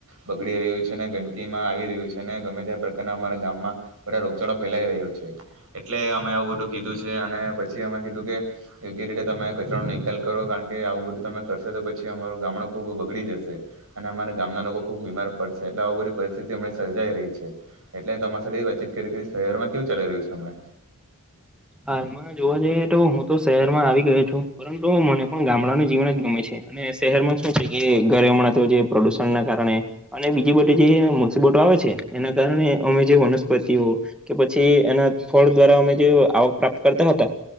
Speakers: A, on the right; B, in the centre.
A: બગડી રહ્યું છે ને ગંદકીમાં આવી રહ્યું છે ને ગમે ત્યાં પ્રકારના અમારા ગામમાં બધા રોગચાળો ફેલાઈ રહ્યો છે એટલે અમે આવું બધું કીધું છે અને પછી અમે કીધું કે યોગ્ય રીતે તમે કચરાનો નિકાલ કરો કારણ કે આવું બધું તમે કરશ તો પછી અમારું ગામડું ખૂબ બગડી જશે અને અમારા ગામના લોકો ખૂબ બીમાર પડશે એટલે આવુ બધી પરિસ્થિતિ આમના સર્જાઈ રહી છે એટલે તમારા સાથે વાતચીત કરી કે શહેરમાં કેવું ચાલી રહ્યું છે હમણા
B: હાલમાં જોવા જઈ તો હું તો શહેરમાં આવી ગયો છું પરંતુ મને પણ ગામડાનું જીવન જ ગમે છે અને શહેરમાં શું છે કે ઘરે હમણાં તો જે પ્રદુષણને કારણે અને બીજી બધી જે મુસીબતો આવે છે એના કારણે અમે જે વનસ્પતિઓ કે પછી એના ફળ દ્વારા અમે જે આવક પ્રાપ્ત કરતા હતા